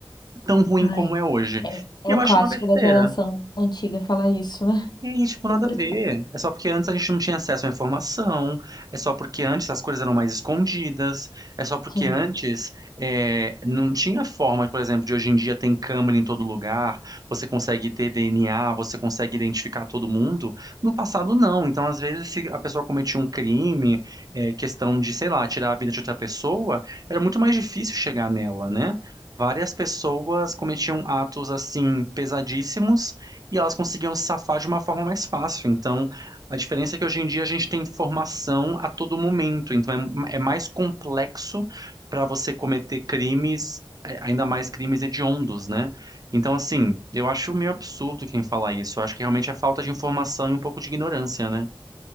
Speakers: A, on the right; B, on the left.
A: tão ruim
B: Ah,
A: como
B: é.
A: é hoje.
B: É, é
A: E eu
B: um
A: acho
B: clássico
A: uma besteira.
B: da geração antiga falar isso, né?
A: E aí,
B: <laughs>
A: tipo,
B: Sempre.
A: nada a ver.
B: fala.
A: É só porque antes a gente não tinha acesso à informação, é só porque antes as coisas eram mais escondidas, é só porque
B: Sim.
A: antes é, não tinha forma, por exemplo, de hoje em dia tem câmera em todo lugar, você consegue ter DNA, você consegue identificar todo mundo. No passado, não. Então, às vezes, se a pessoa cometia um crime, é, questão de, sei lá, tirar a vida de outra pessoa, era muito mais difícil chegar nela, né? Várias pessoas cometiam atos assim pesadíssimos e elas conseguiam se safar de uma forma mais fácil. Então, a diferença é que hoje em dia a gente tem informação a todo momento, então é, é mais complexo para você cometer crimes, eh, ainda mais crimes hediondos, né? Então, assim, eu acho meio absurdo quem fala isso. Eu acho que realmente é falta de informação e um pouco de ignorância, né?